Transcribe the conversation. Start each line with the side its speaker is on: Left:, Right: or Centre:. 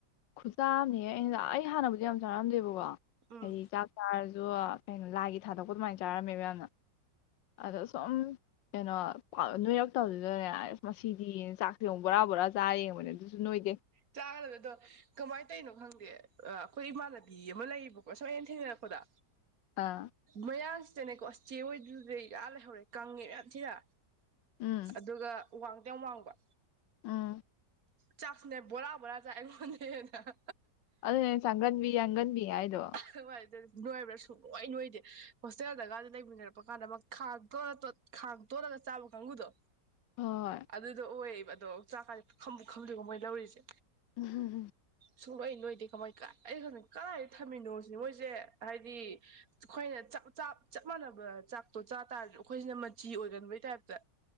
Left: ꯈꯨꯆꯥ ꯑꯝꯅꯤꯍꯦ ꯑꯩꯅ ꯑꯩ ꯑꯩ ꯍꯥꯟꯅꯕꯨꯗꯤ ꯌꯥꯝ ꯆꯥꯔꯝꯗꯦꯕꯀꯣ
Right: ꯎꯝ
Left: ꯑꯩ ꯆꯥꯛ ꯆꯥꯔꯁꯨ ꯀꯩꯅꯣ ꯂꯥꯏꯒꯤ ꯊꯥꯗꯣꯛꯄ ꯑꯗꯨꯃꯥꯏꯅ ꯆꯥꯔꯝꯃꯦ ꯃꯌꯥꯝꯅ ꯑꯗꯣ ꯁꯨꯝ ꯀꯩꯅꯣ ꯅꯣꯏꯔꯛꯇꯕꯗꯨꯗꯅꯦ ꯑꯁ ꯃꯁꯤꯗꯤ ꯆꯥꯛꯁꯦ ꯑꯃꯨꯛ ꯕꯣꯔꯥ ꯕꯣꯔꯥ ꯆꯥꯏ ꯌꯦꯡꯕꯅꯦ ꯑꯗꯨꯁꯨ ꯅꯣꯏꯗꯦ
Right: ꯆꯥꯒꯗꯕ ꯑꯗꯣ ꯀꯃꯥꯏꯅ ꯇꯧꯔꯤꯅꯣ ꯈꯪꯗꯦ ꯑꯩꯈꯣꯏ ꯏꯃꯥꯟꯅꯕꯤ ꯑꯃ ꯂꯩꯌꯦꯕꯀꯣ ꯁꯨꯝ ꯑꯩꯅ ꯊꯦꯡꯅꯔꯛꯄꯗ
Left: ꯑꯥ
Right: ꯃꯌꯥꯡ ꯅꯦꯀꯣ ꯑꯁ ꯆꯦ ꯍꯣꯏꯗꯨ ꯗꯩ ꯑꯥ ꯂꯩꯍꯧꯔꯦ ꯀꯪꯉꯦꯕ ꯌꯥꯝ ꯊꯤꯅ
Left: ꯎꯝ
Right: ꯑꯗꯨꯒ ꯋꯥꯡꯗꯤ ꯌꯥꯝ ꯋꯥꯡꯕ
Left: ꯎꯝ
Right: ꯆꯥꯛꯁꯨꯅꯦ ꯕꯣꯔꯥ ꯕꯣꯔꯥ ꯆꯥꯏ ꯑꯩꯉꯣꯟꯗꯒꯤ ꯍꯦꯟꯅ ꯍꯥ
Left: ꯑꯗꯨꯅꯦ ꯆꯥꯒꯟꯕꯤ ꯌꯥꯡꯒꯟꯕꯤ ꯍꯥꯏꯗꯣ
Right: ꯑꯍ ꯋꯥꯏꯔꯨꯗꯣꯏꯅꯤ ꯅꯣꯏꯕ꯭ꯔꯥ ꯁꯨꯡꯅꯣꯏ ꯅꯣꯏꯗꯦ ꯍꯣꯁꯇꯦꯜꯗꯒ ꯂꯩꯃꯤꯟꯅꯔꯛꯄ ꯀꯥꯟꯗ ꯃꯥ ꯈꯥꯡ ꯇꯣꯠꯂ ꯇꯣꯠ ꯈꯥꯡ ꯇꯣꯠꯂꯒ ꯆꯥꯕ ꯀꯥꯡꯕꯨꯨꯗꯣ
Left: ꯍꯣꯏ ꯍꯣꯏ
Right: ꯑꯗꯨꯗꯣ ꯑꯣꯏ ꯑꯗꯣ ꯆꯥꯛ ꯀꯥꯖꯦ ꯄꯨꯈꯝ ꯄꯨꯈꯝꯗꯒ ꯃꯣꯏ ꯂꯧꯔꯤꯁꯦ
Left: ꯎ ꯍꯨꯝ ꯍꯨꯝ
Right: ꯁꯨꯡꯅꯣꯏ ꯅꯣꯏꯗ ꯀꯃꯥꯏ ꯀꯥꯏ ꯑꯩꯒꯅꯦ ꯀꯥꯏ ꯊꯝꯃꯤꯅꯣ ꯖꯤꯅꯦ ꯃꯣꯏꯖꯦ ꯍꯥꯏꯗꯤ ꯑꯩꯈꯣꯏꯅ ꯆꯥꯛ ꯆꯥꯞ ꯆꯞ ꯃꯥꯟꯅꯕ ꯆꯥꯛꯇꯣ ꯆꯥ ꯇꯥꯔꯁꯨ ꯑꯩꯈꯣꯏꯁꯤꯅ ꯃꯆꯤ ꯑꯣꯏꯒꯟꯕꯒꯤ ꯇꯥꯏꯞꯇ